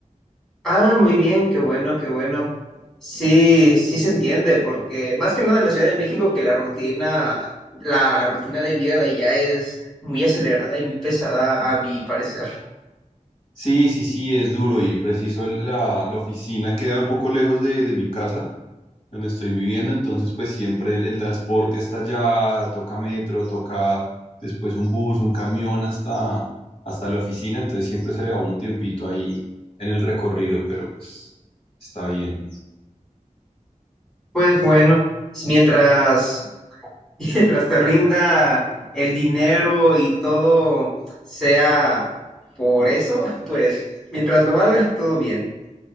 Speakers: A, in the centre; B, on the left.
A: Ah, muy bien, qué bueno, qué bueno. Sí, sí se entiende, porque más que nada en la Ciudad de México que la rutina, la rutina de vida de allá es muy acelerada y muy pesada a mi parecer.
B: Sí, sí, sí, es duro y preciso el- la, la oficina queda un poco lejos de, de mi casa, donde estoy viviendo, entonces pues siempre el, el transporte hasta allá, toca metro, toca después un bus, un camión hasta, hasta la oficina, entonces siempre se le va uno tiempito ahí en el recorrido, pero pues está bien.
A: Pues bueno, mientras, <laughs> mientras te rinda el dinero y todo sea por eso, <laughs> pues mientras lo valga, todo bien.